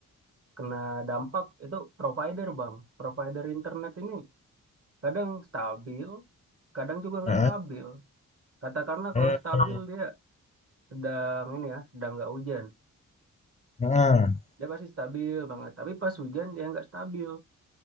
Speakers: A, on the right; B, on the left.
A: kena dampak itu provider Bang. Provider internet ini kadang stabil, kadang juga nggak
B: Heeh.
A: stabil. Katakanlah
B: Hmm,
A: kalau stabil dia sedang ini ya, sedang nggak hujan.
B: hmm,
A: Dia pasti stabil banget. Tapi pas hujan dia nggak stabil.